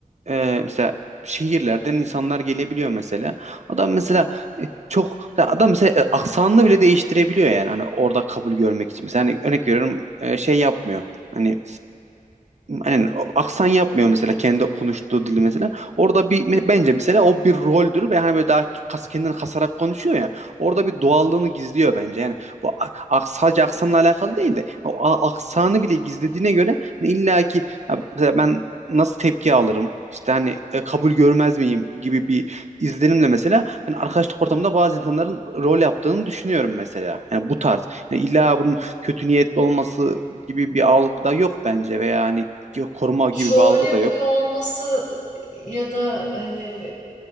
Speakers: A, on the right; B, on the left.
A: e, mesela şehirlerden insanlar gelebiliyor mesela. Adam mesela e, çok mesela adam mesela e, aksanını bile değiştirebiliyor yani hani orada kabul görmek için. Mesela hani örnek veriyorum e, şey yapmıyor. Hani yani aksan yapmıyor mesela kendi konuştuğu dili mesela. Orada bir bence mesela o bir roldür ve hani böyle daha kas, kendini kasarak konuşuyor ya. Orada bir doğallığını gizliyor bence. Yani bu a- ak- sadece aksanla alakalı değil de o a- aksanı bile gizlediğine göre hani illa ki ha, mesela ben nasıl tepki alırım? İşte hani e, kabul görmez miyim gibi bir izlenimle mesela ben arkadaşlık ortamında bazı insanların rol yaptığını düşünüyorum mesela. Yani bu tarz. Yani illa bunun kötü niyetli olması gibi bir algı da yok bence veya hani yok koruma gibi
B: Rol
A: bir algı
B: yapıyor
A: da yok.
B: olması ya da, hani,